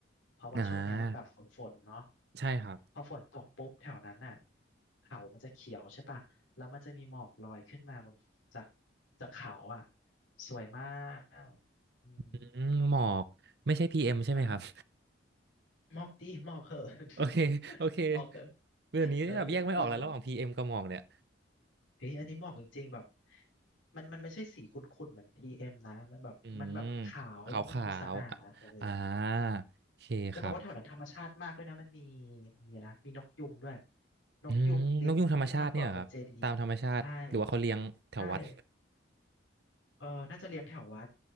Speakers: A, on the left; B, on the right.
A: เพราะว่าช่วงเนี้ยมันแบบฝนฝนเนาะ
B: อ่าใช่ครับ
A: พอฝนตกปุ๊บแถวนั้นน่ะเขามันจะเขียวใช่ป่ะแล้วมันจะมีหมอกลอยขึ้นมาบนจากจากเขาอ่ะสวยมากอืม
B: อืมหมอกไม่ใช่พีเอ็มใช่ไหมครับ
A: ใช่ มอบดิมอบเหอะ
B: <laughs> โอเคโอเค
A: <laughs> มอบเถอะ
B: เดี๋ยวนี้แบบแยกไม่ออกแล้วระหว่างพีเอ็มกับหมอกเนี่ย
A: เออแล้วก็เฮ้ยอันนี้มอบจริงๆแบบมันมันไม่ใช่สีขุ่นๆเหมือนพีเอ็มนะมันแบบมันแบบขาวแล้วมันดูสะอาดอ่ะเออ
B: อืมขาวขาวอ่ะอ่าโอเคครับ
A: จะบอกว่าแถวนั้นธรรมชาติมากเลยนะมันมีมีนะมีนกยุงด้วยนกยุงบินขึ้นมาเกาะบนเจดีย์
B: อืมนกยูงธรรมชาติเนี่ยเหรอครับตามธรรมชาติหรือว่าเขาเลี้ยงแถววัด
A: ใช่ใช่ เออน่าจะเลี้ยงแถววัด